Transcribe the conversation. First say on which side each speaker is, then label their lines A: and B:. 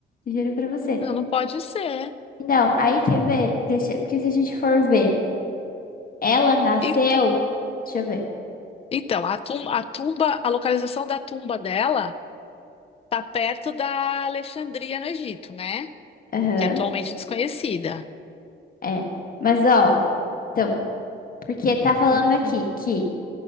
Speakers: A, on the left (about 45°); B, on the left (about 30°).
A: Juro pra você.
B: não, não pode ser.
A: Não, aí quer ver? Deixa, porque se a gente for ver, ela nasceu.
B: Eita.
A: Deixa eu ver.
B: Então, a tum- a tumba, a localização da tumba dela tá perto da Alexandria no Egito, né?
A: Aham.
B: Que é atualmente desconhecida.
A: é. Mas ó. então. Porque tá falando
B: Eita.
A: aqui que